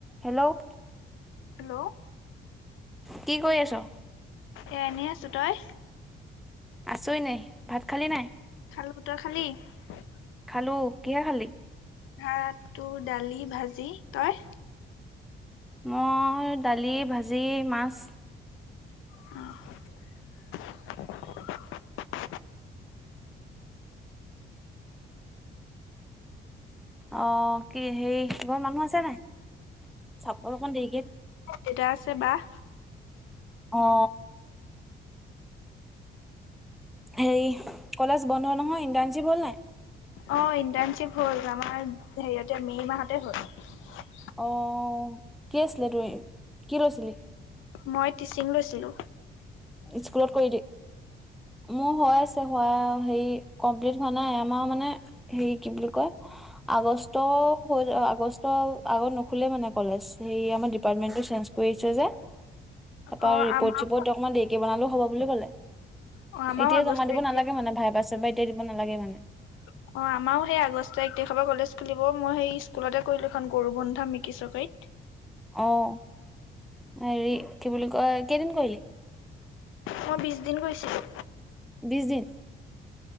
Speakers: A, in the centre; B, on the left.
A: Hello
B: hello
A: কি কৰি আছ
B: এ এনেই আছো তই
A: আছই নাই ভাত খালি নাই
B: খালো তই খালি <unintelligible>
A: খালো কিহে খালি।
B: ভাতটো দালি ভাজি তই।
A: মই দালি ভাজি মাছ।
B: <inaudible>
A: আহ কি হে ঘৰত মানুহ আছে নাই। চাপৰ অকণ দেৰিকে।
B: কটা আছে বাহ।
A: অ, সেই কলেজ। বন্ধু নহয় ইন্দ্ৰাণজীব হ'ল নাই?
B: অ ইণ্টাৰ্ণশ্বিপ হ'ল আমাৰ হেৰিয়তে মে' মাহতে হ'ল।
A: অ কি আছিলে তু কি লৈছিলি <unintelligible>
B: মই টিচিং লৈছিলোঁ।
A: স্কুলত কৰি দিম। মোৰ হৈ আছে, হোৱা হেৰি কমপ্লিট হোৱা নাই আমাৰ মানে হেৰি কি বুলি কয়। আগুষ্ট, আগষ্ট নোখোলে মানে কলেজ ডিপাৰ্টমেণ্ট আমাৰ। চেঞ্জ কৰিছে যে, তাৰপৰা
B: অ
A: ৰিপৰ্ট
B: আমাৰ
A: চিপৰ্ট অকমান দেৰিকে বনালেও হ'ব বুলি ক'লে।
B: অ আমাৰো
A: এতিয়
B: আগষ্ট
A: জমা দিব
B: এক
A: নালাগে
B: তাৰিখ
A: মানে, ভাইবা সাইভা বা এতিয়াই দিব নালাগে মানে।
B: অ, আমাৰো সেই আগষ্ট এক তাৰিখৰ পৰা কলেজ খুলিব মই সেই স্কুলতে কৰিলো এখন গৰু বন্ধু। কথা মিকিছকেইত।
A: অঁ হেৰি কি বুলি কয় কেইদিন কৰিলি।
B: মই বিশ দিন কৰিছিলোঁ।
A: বিশছ দিন।